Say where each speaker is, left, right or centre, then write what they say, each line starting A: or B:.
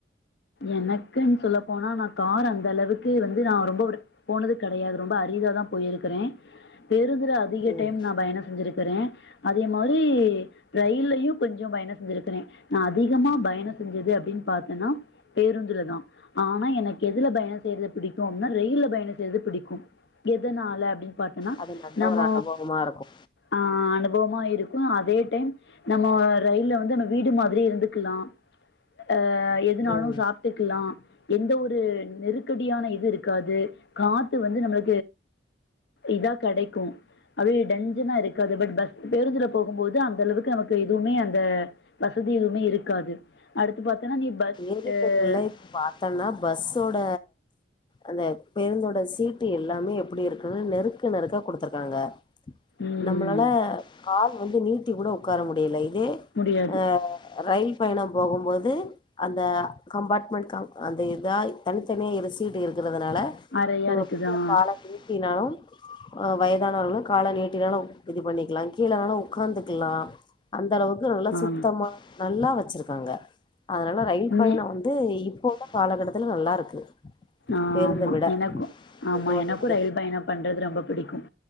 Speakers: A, on the left; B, on the left.
A: எனக்குன்னு சொல்ல போனா நான் கார் அந்த அளவுக்கு வந்து நான் ரொம்ப போனது கெடையாது ரொம்ப அரிதா தான் போயிருக்றேன் பேருந்துல அதிக
B: ம்
A: டைம் நான் பயணம் செஞ்சிருக்றேன் அதே மாரி ரயில்லையும் கொஞ்சம் பயணம் செஞ்சிருக்றேன் நான் அதிகமா பயணம் செஞ்சது அப்டின்னு பாத்தேன்னா பேருந்துல தான் ஆனா எனக்கு எதுல பயணம் செய்றது புடிக்கும் அப்டினா ரெயில்ல பயண செய் றது புடிக்கும் எதனால அப்டின்னு பாத்தோன்னா
B: அது நல்ல
A: நம்ம
B: ஒரு அனுபவமா இருக்கு
A: ஆ அனுபவமா இருக்கும் அதே டைம் நம்ம ரெயில்ல வந்து நம்ம வீடு மாதிரி இருந்துக்கலாம் அ எதுனாலும்
B: ம்
A: கத்தக்கலாம் எந்த ஒரு நெருக்கடியான இது இருக்காது காத்து வந்து நம்ம இதா கெடைக்கும் அப்டியே டஞ்சனா இருக்காது பட் பஸ் பேருந்துல போகும்போது அந்த அளவுக்கு நமக்கு எதுவுமே அந்த வசதியுமே இருக்காது அடுத்து பாத்தன்னே நீ பஸ்
B: ஏரி
A: ஆ
B: பேருல்லாம் இப்ப பாத்தோன்னா பஸ்ஸோட அந்த பேருந்தோட சீட்டு எல்லாமே எப்டி இருக்குனா நெருக்க நெருக்க குடுத்துருக்காங்க
A: ம்
B: நம்மளால கால் வந்து நீட்டி கூட உக்கார முடில இதே
A: முடியாது
B: அ ரயில் பயணம் போகும்போது அந்த கம்பார்ட்மெண்ட் காம் அந்த இதா தனித்தனியாக இரிசிட்டு இருக்கிறதுனால
A: அறையா
B: நம்ம
A: இருக்குதா
B: குட்டியா கால தட்டினாலு அ வயதானலு கால நீட்டினாலு இது பண்ணிக்கிலா கீழனாலு உக்காந்துக்கிலா அந்த அளவுக்கு நல்லா
A: ஆ
B: சுத்தமா நல்லா வச்சிருக்காங்க அதனால ரயில் பயணம்
A: மே
B: வந்து இப்போ உள்ள காலகட்டத்துல நல்லா இருக்கு
A: ஆமா
B: பேருந்த விட
A: எனக்கு ஆமா
B: என்னோட
A: எனக்கு
B: இது
A: ரயில் பயணம் பண்றது ரொம்ப பிடிக்கும்